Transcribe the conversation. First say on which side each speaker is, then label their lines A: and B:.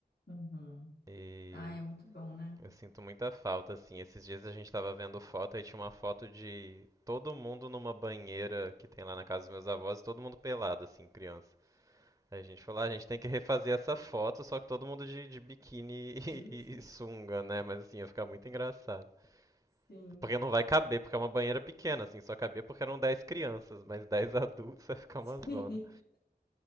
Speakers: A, on the left; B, on the right.
A: Uhum.
B: E
A: Ai, é muito bom, né?
B: Eu sinto muita falta, assim. Esses dias a gente tava vendo foto e tinha uma foto de todo mundo numa banheira que tem lá na casa dos meus avós, todo mundo pelado, assim, criança. Aí a gente falou, ah, a gente tem que refazer essa foto, só que todo mundo de, de biquíni <laughs> e,
A: Tive
B: e-
A: que.
B: e sunga, né? Mas assim, ia ficar muito engraçado.
A: Sim.
B: Porque não vai caber, porque é uma banheira pequena, assim, só cabia porque eram 10 crianças, mas 10 <laughs> adultos vai ficar
A: <laughs>
B: uma
A: Sim.
B: zona.